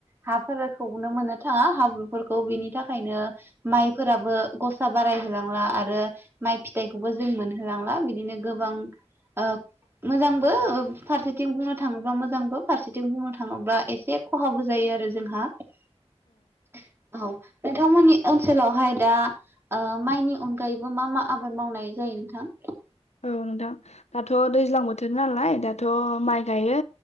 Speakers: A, on the right (about 20°); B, on the left (about 85°).
A: हाफोरखौनो मोननो थाङा हाब्रुफोरखौ बिनि थाखायनो माइफोराबो गसा बारायहोलांला आरो माइ फिथाइखौबो जों मोनहोलांला बिदिनो गोबां आ मोजांबो फारसेथिं बुंनो थाङोब्ला मोजांबो फारसेथि आथिं बुंनो थाङोब्ला एसे खहाबो जायो आरो जोंहा। औ नोंथांमोननि ओनसोलाव। ओमफाय दा आ माइनि अनगायैबो मा मा आबाद मावनाय जायो नोंथां?
B: औ नोंथां दाथ' दैज्लां बोथोर। नालाय दाथ' माइ गायो।